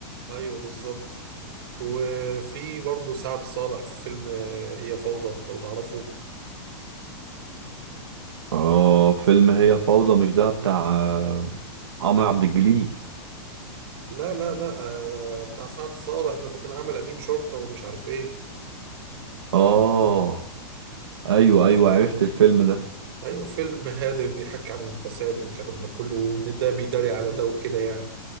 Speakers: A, on the right (about 60°); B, on the right (about 80°).
A: ايوه بالظبط وفي برضه سعد صالح في فيلم آه، هي فوضى لو تعرفه
B: اه فيلم هي فوضى مش ده بتاع آه، عمرو عبد الجليل
A: لا لا لا آه بتاع سعد صالح لما كان عامل امين شرطه ومش عارف ايه
B: اه ايوه ايوه عرفت الفيلم ده
A: ايوه فيلم هادف بيحكي عن الفساد والكلام ده كله وان ده بيداري على ده وكده يعني